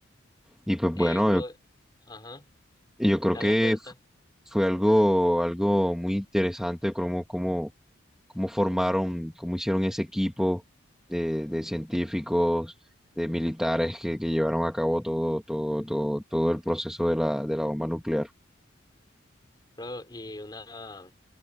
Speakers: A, in the centre; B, on the left.
A: Y pues
B: Eh,
A: bueno,
B: bro, ajá,
A: y yo creo
B: dale
A: que
B: cuenta.
A: f- fue algo, algo muy interesante cómo, cómo, cómo formaron, cómo hicieron ese equipo de, de científicos, de militares que, que llevaron a cabo todo, todo, todo, todo el proceso de la, de la bomba nuclear.
B: Bro, y una,